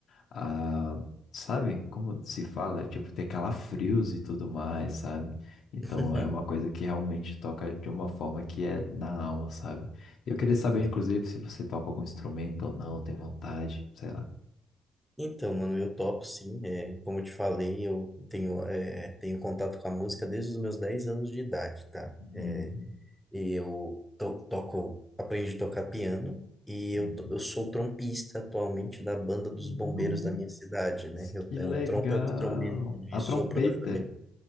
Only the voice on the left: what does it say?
a Sabe como se fala? Tipo, ter calafrios e tudo mais, sabe? Então
é uma coisa que realmente toca de uma forma que é na alma, sabe? Eu queria
saber, inclusive, se você toca algum instrumento ou não, tem vontade, sei lá.
Uhum,
uhum.
Nossa,
que
legal!
A
trompeta.